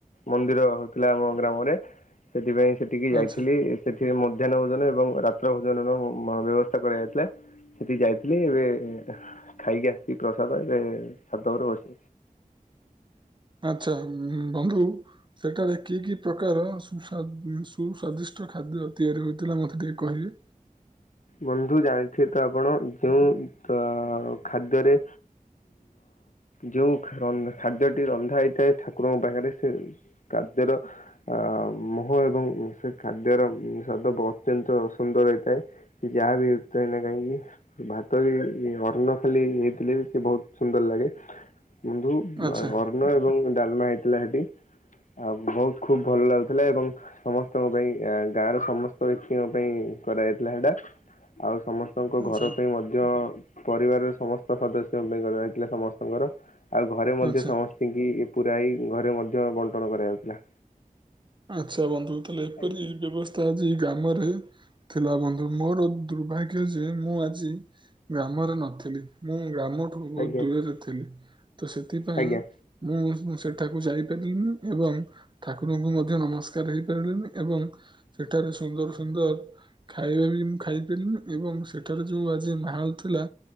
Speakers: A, on the left; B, on the right.
A: ମନ୍ଦିର ହେଲା ଆମ ଗ୍ରାମରେ ସେଥିପାଇଁ ସେଠିକି ଯାଇ
B: ଆଚ୍ଛା
A: ସେଠି ମଧ୍ୟାହ୍ନ ଭୋଜନ ଏବଂ ରାତ୍ର ଭୋଜନର ବ୍ୟବସ୍ଥା କରାଯାଇଥିଲା। ସେଠି ଯାଇଥିଲି ଏବେ ଖାଇକି ଆସିଥିଲି ପ୍ରସାଦ ଏବେ ଛାତ ଉପରେ ବସି
B: ଆଚ୍ଛା ବନ୍ଧୁ ସେଠାରେ କି କି ପ୍ରକାର ସୁ ସୁସ୍ୱାଦିଷ୍ଟ ଖାଦ୍ୟ ତିଆରି ହେଉଥିଲା ମୋତେ ଟିକେ କହିବେ?
A: ବନ୍ଧୁ ଜାଣିଥିବେ ତ ଆପଣ ଯୋଉଁ ଅ ଖାଦ୍ୟରେ ଯେଉଁ ଖାଦ୍ୟଟି ରନ୍ଧା ହେଇଥାଏ, ଠାକୁରଙ୍କ ପାଖରେ ସେ କାର୍ଯ୍ୟର ଅ ମୁଁହ ଏବଂ ସେ ଖାଦ୍ୟର ସ୍ଵାଦ ବୋହୁତ ସୁନ୍ଦର ହେଇଥାଏ। ଯାହା <unintelligible> ନା କାଇଁକ କି ଭାତ ବି ଅନ୍ନ ଖାଲି ହେଇଥିଲେ ସେ ବୋହୁତ ସୁନ୍ଦର ଲାଗେ। ବନ୍ଧୁ
B: ଆଚ୍ଛା
A: ଅନ୍ନ ଏବଂ ଡାଲମା ହେଇଥିଲା ସେଠି ଆଉ ବୋହୁତ ଖୁବ ଭଲ ଲାଗୁଥିଲା ଏବଂ ସମସ୍ତଙ୍କ ପାଇଁ ଆ ଗାଁ ର ସମସ୍ତ ବ୍ୟକ୍ତିଙ୍କ ପାଇଁ କରାଯାଇଥିଲା ସେଟା। ଆଉ ସମସ୍ତଙ୍କ
B: ଆଚ୍ଛା
A: ଘର ପାଇଁ ମଧ୍ୟ ମଧ୍ୟ ପରିବାରର ସମସ୍ତ ସଦସ୍ୟଙ୍କ ପାଇଁ ରହିଥିଲା ସମସ୍ତଙ୍କର ଆଉ ଘରେ ମଧ୍ୟ
B: ଆଚ୍ଛା।
A: ସମସ୍ତ ସେତିକି ପୁରା ହେଇ ଘରେ ମଧ୍ୟ ବଣ୍ଟନ କରାଯାଉଥିଲା।
B: ଆଚ୍ଛା ବନ୍ଧୁ ତାହଲେ ଏପରି
A: ଆଜ୍ଞା
B: ବ୍ୟବସ୍ଥା ଆଜି ଗ୍ରାମରେ ଥିଲା ବନ୍ଧୁ ମୋର ଦୁର୍ଭାଗ୍ୟ ଯେ ମୁଁ ଆଜି ଗ୍ରାମରେ ନଥିଲି ମୁଁ ଗ୍ରାମଠୁ ବଲବି ବୋହୁତ
A: ଆଜ୍ଞା
B: ଦୂରରେ ଥିଲି, ତ ସେଥିପାଇଁ
A: ଆଜ୍ଞା
B: ମୁଁ ସେଠାକୁ ଯାଇପାରିଲିନି ଏବଂ ଠାକୁରଙ୍କୁ ସୂର୍ଯ୍ୟ ନମସ୍କାର ହେଇପାରିଲେନି ଏବଂ ସେଠାରେ ସୁନ୍ଦର ସୁନ୍ଦର ଖାଇବା ବି ମୁଁ ଖାଇପାରିନି ଏବଂ ସେଠାରେ ଯୋଉ ଆଜି ମାହଲ ଥିଲା